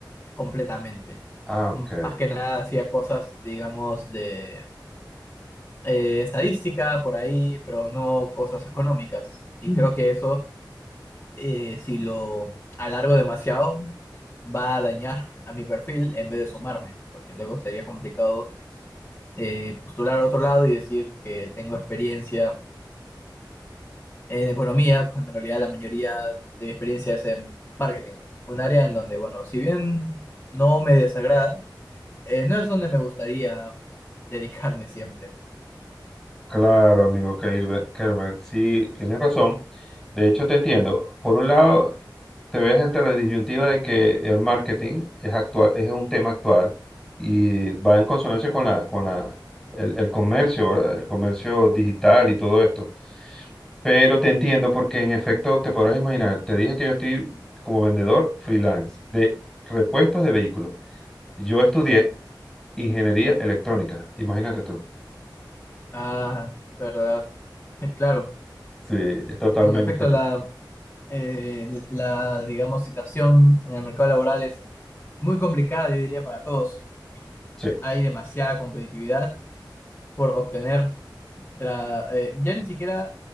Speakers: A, on the left; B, in the centre.
A: completamente.
B: Ah, ok.
A: M- Más que nada hacía cosas, digamos, de eh, estadística por ahí, pero no cosas económicas. Y creo que eso, eh, si lo alargo demasiado, va a dañar a mi perfil en vez de sumarme, porque luego sería complicado eh, postular a otro lado y decir que tengo experiencia en economía, cuando en realidad la mayoría de mi experiencia es en marketing, un área en donde, bueno, si bien no me desagrada, eh, no es donde me gustaría dedicarme siempre.
B: Claro, amigo Kelber, Kelber, sí, tienes razón. De hecho, te entiendo. Por un lado, te ves ante la disyuntiva de que el marketing es actual, es un tema actual y va en consonancia con la, con la, el, el comercio, ¿verdad? El comercio digital y todo esto. Pero te entiendo porque en efecto te podrás imaginar, te dije que yo estoy como vendedor freelance de repuestos de vehículos. Yo estudié ingeniería electrónica, imagínate tú.
A: Ah, verdad, <laughs> claro,
B: Sí, es totalmente.
A: en efecto la, eh, la, digamos, situación en el mercado laboral es muy complicada, yo diría, para todos.
B: Sí.
A: Hay demasiada competitividad por obtener tra- eh, ya ni siquiera